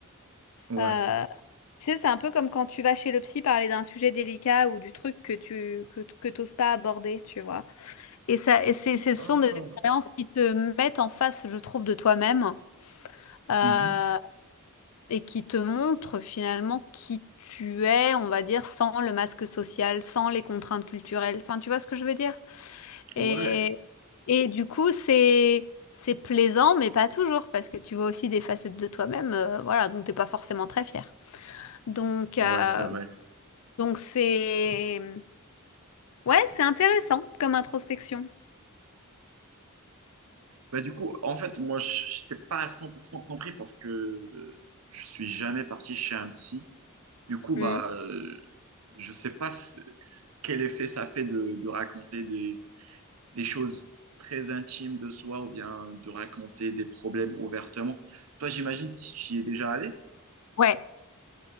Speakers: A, on the right (about 80°); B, on the left (about 75°).
A: ouais.
B: Euh, Tu sais, c'est un peu comme quand tu vas chez le psy parler d'un sujet délicat ou du truc que tu que, que t'oses pas aborder, tu vois. Et ça, et c'est, ce sont
A: D'accord.
B: des expériences qui te mettent en face, je trouve, de toi-même euh,
A: Mhm.
B: et qui te montrent finalement qui tu es, on va dire, sans le masque social, sans les contraintes culturelles. Enfin, tu vois ce que je veux dire? Et,
A: Ouais,
B: et du coup, c'est c'est plaisant, mais pas toujours, parce que tu vois aussi des facettes de toi-même. euh, voilà, donc t'es pas forcément très fier. Donc, euh,
A: ouais, c'est vrai.
B: Donc c'est... Ouais, c'est intéressant comme introspection.
A: Bah, du coup, en fait, moi, je n'étais pas à 100% compris parce que euh, je suis jamais parti chez un psy. Du coup,
B: Hmm.
A: bah, euh, je sais pas ce- ce- quel effet ça fait de, de raconter des, des choses très intimes de soi ou bien de raconter des problèmes ouvertement. Toi, j'imagine que tu y es déjà allé
B: Ouais.